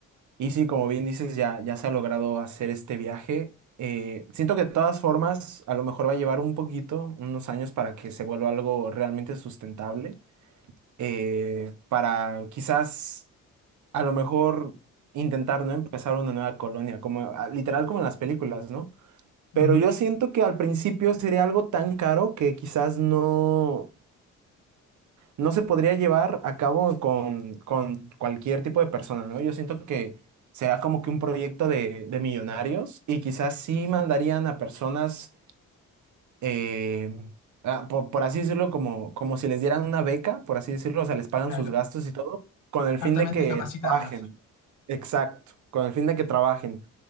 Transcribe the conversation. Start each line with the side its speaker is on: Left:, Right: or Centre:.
Right: Y sí, como bien dices, ya, ya se ha logrado hacer este viaje. Eh, siento que de todas formas, a lo mejor va a llevar un poquito, unos años para que se vuelva algo realmente sustentable. Eh, para quizás, a lo mejor, intentar, ¿no? Empezar una nueva colonia, como ah, literal como en las películas, ¿no?
Left: Ujú,
Right: Pero yo siento que al principio sería algo tan caro que quizás no, no se podría llevar a cabo con, con cualquier tipo de persona, ¿no? Yo siento que será como que un proyecto de, de millonarios y quizás sí mandarían a personas, eh, ah, po- por, así decirlo, como, como si les dieran una beca, por así decirlo, o sea, les pagan
Left: claro,
Right: sus gastos y todo, con el
Left: altamente
Right: fin de que
Left: capacitadas.
Right: trabajen. Exacto, con el fin de que trabajen.